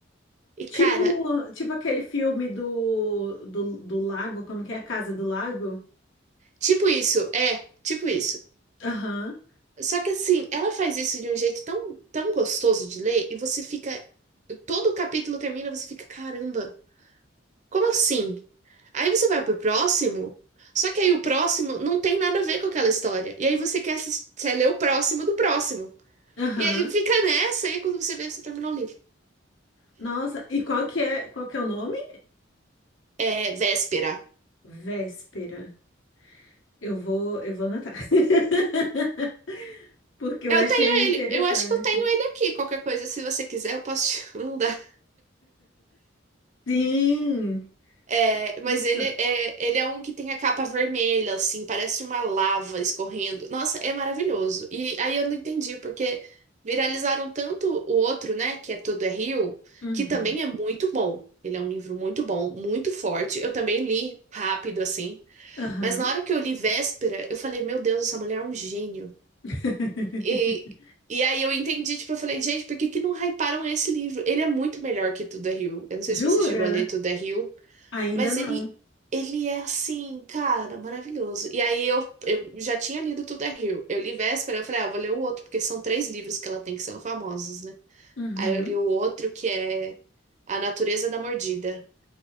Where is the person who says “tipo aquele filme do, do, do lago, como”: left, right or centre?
Left